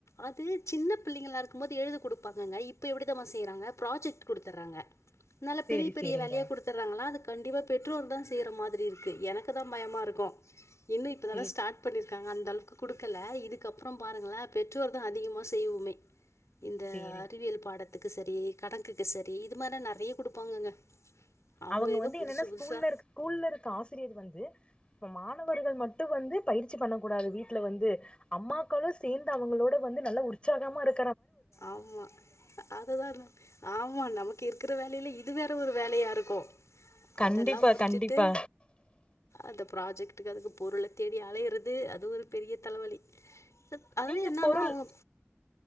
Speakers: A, on the left; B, on the left.
A: அது சின்ன பிள்ளைங்ளா இருக்கும்போது எழுத குடுப்பாங்க இவுங்க இப்ப எப்டி தெரிமா செய்றாங்க ப்ராஜெக்ட் குடுத்தறாங்க நல்ல
B: சேரி
A: பெரிய பெரிய
B: சேரிங்க
A: வேலையா குடுத்தறாங்ளா அது கண்டிப்பா பெற்றோர்தா செய்யற மாதிரி இருக்கு எனக்குதா பயமா இருக்கு என்ன இப்பதான
B: சேரி
A: ஸ்டார்ட் பண்ணிரு க்காங்க அந்த அளவுக்கு குடுக்கல இதுக்கப் அப்றோம் பாருங்களே பெற்றோர்தா அதிகமா செய்வோமே இந்த
B: சேரி
A: அறிவியல் பாட த்துக்கு சரி கணக்குக்கு சரி இது மாரினா நெறயா குடுப்பாங்கங்க அவங்க
B: அவுங்க
A: ஏதோ
B: வந்து
A: புதுசு
B: என்னன்னா ஸ்கூல்ல
A: புதுசா
B: இரு ஸ்கூல்ல இருக்க ஆசிரியர் வந்து இப்ப மாணவர்கள் மட்டு வந்து பயிற்சி பண்ணக் கூடாது வீட்ல வந்து அம்மாக்களு சேந்து அவங்களோட வந்து நல்லா உற்சாகமா இரு
A: ஆமா அதுதா ந ஆமா நமக்கு இருக்கற வேலைல இது வேற ஒரு வேலையா இருக்கு
B: கண்டிப்பா
A: அதெலா முடிச்சுட்டு
B: கண்டிப்பா
A: அத ப்ராஜெக்ட்டுக்கு அதுக்கு பொருள தேடி அலையறது அது ஒரு பெரிய தலவலி து அது
B: நீங்க
A: என்னன்னா
B: பொருள்
A: அவங்க